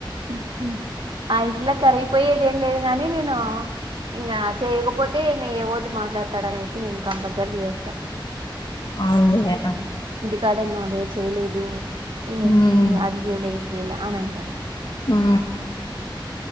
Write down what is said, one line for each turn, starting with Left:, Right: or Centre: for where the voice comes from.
Right: ఆహు ఐసులో కరగిపోయేది ఏం లేదు గాని నేను ఇంగా చేయకపోతే ఇంగ ఏ ఓటు మాట్లాడతాడనేసి నేను కంపల్సరీ చేస్తా
Left: అవును లే
Right: సరే నావే చేయలేదు తినేకి
Left: ఉమ్
Right: అది చేయలే ఇది చేయలే అని అంటారు.
Left: ఆ